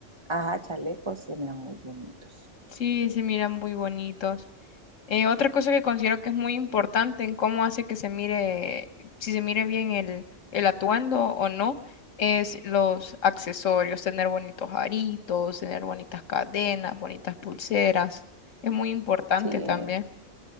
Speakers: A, on the right; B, on the left.
A: ajá, chalecos, se miran muy bonitos.
B: Sí, se miran muy bonitos. Eh, otra cosa que considero que es muy importante en cómo hace que se mire, si se mire bien el, el atuendo o no, es los accesorios, tener bonitos aritos, tener bonitas cadenas, bonitas pulseras. Es muy importante
A: Sí,
B: también.
A: eh,